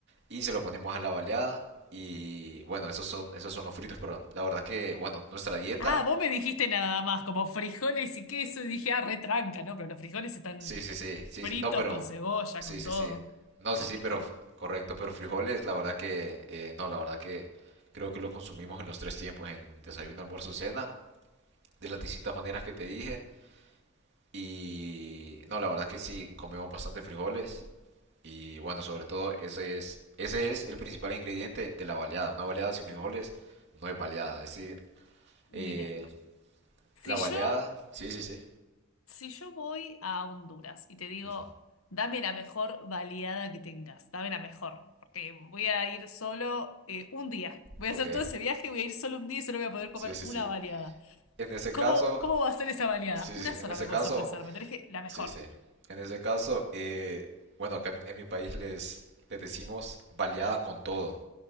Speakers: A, on the right; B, on the left.
A: y se lo ponemos a la baleada. Y bueno, esos son, esos son los fritos, perdón la verdad que, bueno, nuestra dieta,
B: Ah, vos me dijiste nada más, como frijoles y queso, y dije, ah, retranca, ¿no? Pero los frijoles están
A: sí, sí, sí, sí,
B: fritos
A: sí, no, pero
B: con cebolla,
A: Sí,
B: con
A: sí,
B: todo.
A: sí. No,
B: Qué
A: sí, sí,
B: rico.
A: pero f- correcto, pero frijoles, la verdad que eh, no, la verdad que creo que lo consumimos en los tres tiempos, en desayuno, almuerzo, cena, de las distintas maneras que te dije. Y no, la verdad que sí, comemos bastante frijoles y bueno, sobre todo ese es, ese es el principal ingrediente de la baleada. Una baleada sin frijoles no es baleada, es decir, eh,
B: Mire,
A: la baleada,
B: si yo,
A: sí, sí, sí.
B: si yo voy a Honduras y te digo,
A: Ujú.
B: dame la mejor baleada que tengas, dame la mejor, porque voy a ir solo eh, un día. Voy
A: Ok,
B: a hacer todo ese viaje, voy a ir solo un día y solo voy a poder
A: sí,
B: comer
A: sí,
B: una
A: sí.
B: baleada.
A: En ese
B: ¿Cómo,
A: caso,
B: cómo va a ser esa baleada?
A: sí,
B: Una
A: sí,
B: sola
A: en ese
B: me
A: caso
B: puedes ofrecer, me tenés que la mejor.
A: Sí, sí. En ese caso, eh, bueno, acá en, en mi país les, les decimos baleada con todo.